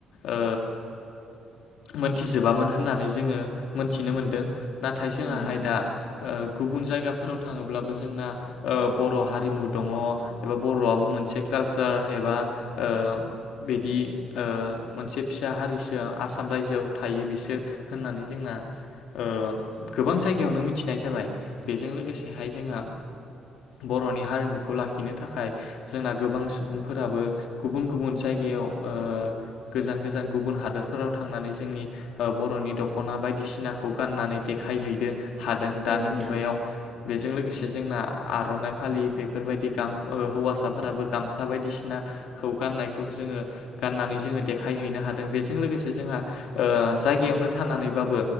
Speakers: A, on the left (about 75°); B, on the right (about 20°).
A: ओ मोनथिजोबामोन होननानै जोङो मोनथिनो मोनदों नाथाय जोंआहाय
B: औ नोंथां
A: दा ओ गुबुन जायगाफोराव थाङोब्लाबो जोंना ओ बर' हारिमु दङ एबा बर'आबो मोनसे कालसार एबा ओ बिदि ओ मोनसे फिसा हारिसो आसाम रायजोआव थायो बिसोर होननानै जोंना ओ गोबां जायगायावनो मिथिनाय जाबाय बेजों लोगोसेहाय जोंहा बर'नि हारिमुखौ लाखिनो थाखाय जोंना गोबां सुबुंफोराबो गुबुन गुबुन जायगायाव ओ गोजान गोजान गुबुन हादरफोराव थांनानै जोंनि बर'नि दख'ना बायदिसिनाखौ गाननानै देखायहैदो हादों दानि
B: औ नोंथां
A: मुगायाव बेजों लोगोसे जोंना आरनाइ फालि बेफोरबायदि गाम हौवासाफोराबो गामसा बायदिसिनाखौ गाननायखौ जोङो गाननानै जोङो देखायहैनो हादों बेजों लोगोसे जोंहा ओ जायगायावनो थानानैबाबो